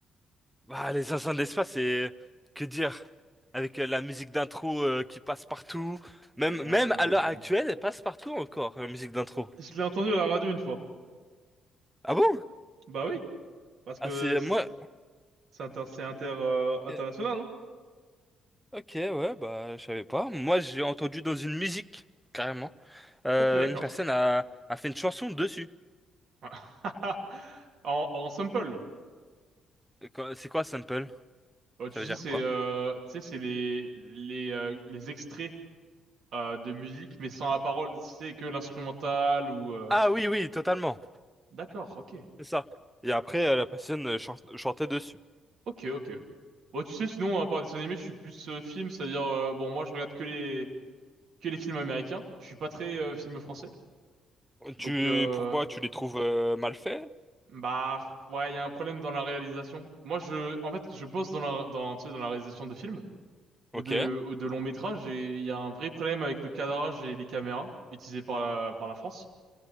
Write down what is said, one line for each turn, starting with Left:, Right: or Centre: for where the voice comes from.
Centre: Bah, les Zinzins de l'espace, c'est... Que dire? Avec euh, la musique d'intro euh, qui passe partout. Même,
Right: Ouais,
Centre: même
Right: ouais,
Centre: à l'heure actuelle,
Right: oui.
Centre: elle passe partout encore, la musique d'intro.
Right: Je l'ai entendu à la radio une fois.
Centre: Ah bon?
Right: Bah oui, parce que
Centre: Ah, c'est...
Right: c'est
Centre: Moi...
Right: c'est inter, c'est inter, euh, international,
Centre: Ok,
Right: non?
Centre: Ok, ouais, bah, je savais pas. Moi, j'ai entendu dans une musique, carrément. euh,
Right: Ok, d'accord.
Centre: une personne a, a fait une chanson dessus.
Right: <laughs> En, en sample,
Centre: Et quoi- C'est quoi, sample?
Right: Euh, tu
Centre: Ça veut
Right: sais,
Centre: dire
Right: c'est
Centre: quoi?
Right: euh, tu sais, c'est les les euh, les extraits euh, de musique, mais sans la parole, c'est que l'instrumental ou... euh,
Centre: Ah oui, oui, totalement.
Right: D'accord, ok.
Centre: C'est ça. Et après, euh, la patienne euh, chan- chantait dessus.
Right: Ok, ok. Bon, tu sais, sinon, à part dessin animé, je suis plus euh, film, c'est-à-dire, euh, bon, moi, je regarde que les que les films américains. Je suis pas très euh, film français. Donc,
Centre: Tu,
Right: euh,
Centre: pourquoi tu les trouves euh, mal faits?
Right: bah, ouais, il y a un problème dans la réalisation. Moi, je, en fait, je bosse dans la, dans, tu sais, dans la réalisation de films ou
Centre: Ok.
Right: de ou de longs métrages et il y a un vrai problème avec le cadrage et les caméras utilisées par la par la France.